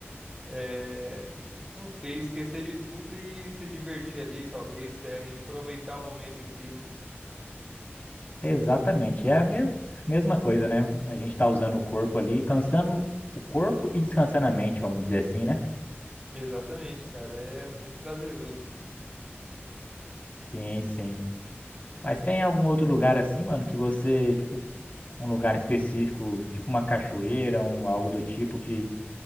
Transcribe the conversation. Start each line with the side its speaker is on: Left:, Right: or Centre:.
Right: É, não sei, esquecer de tudo e se divertir ali, talvez, é, em aproveitar o momento em si, né?
Left: Exatamente, é a mesma, mesma coisa, né? A gente tá usando o corpo ali, cansando o corpo e descansando a mente, vamos dizer assim, né?
Right: Exatamente, cara, é muito prazeroso.
Left: Sim, sim. Mas tem algum outro lugar assim, mano, que você, tipo, um lugar específico, tipo uma cachoeira, um, algo do tipo que